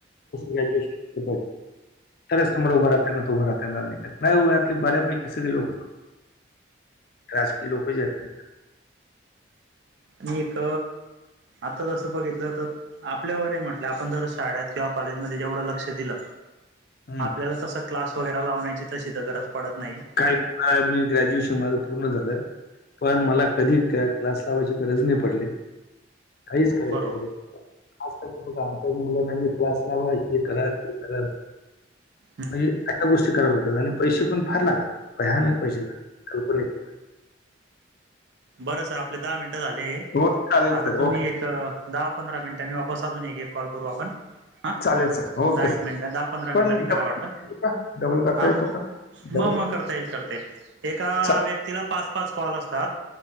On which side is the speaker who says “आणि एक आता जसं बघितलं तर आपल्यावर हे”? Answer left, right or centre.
Right